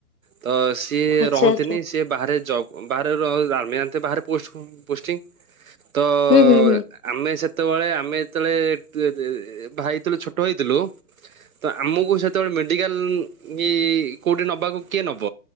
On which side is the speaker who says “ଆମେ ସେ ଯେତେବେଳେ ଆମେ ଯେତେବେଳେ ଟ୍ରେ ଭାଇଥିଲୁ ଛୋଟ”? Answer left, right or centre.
Right